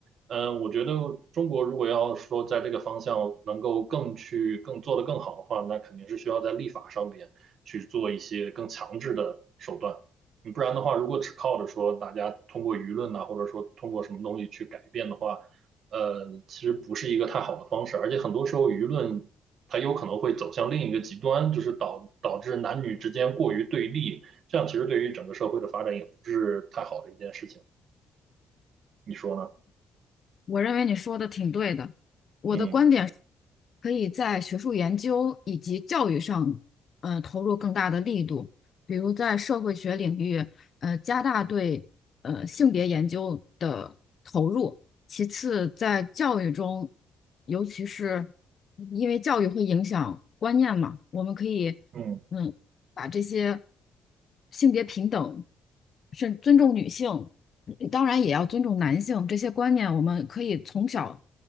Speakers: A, on the right; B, on the left.
A: 嗯，我觉得中国如果要说在这个方向能够更去更做得更好的话，那肯定是需要在立法上面去做一些更强制的手段。你不然的话，如果只靠着说大家通过舆论呐、或者说通过什么东西去改变的话，呃，其实不是一个太好的方式。而且很多时候舆论它有可能会走向另一个极端，就是导导致男女之间过于对立，这样其实对于整个社会的发展也不是太好的一件事情。你说呢？
B: 我认为你说的挺对的。我的观点是
A: 嗯
B: 可以在学术研究以及教育上，呃，投入更大的力度，比如在社会学领域，呃，加大对呃性别研究的投入。其次，在教育中，尤其是因为教育会影响观念嘛，我们可以，
A: 嗯。
B: 嗯，把这些性别平等，甚尊重女性。当然也要尊重男性这些观念，我们可以从小，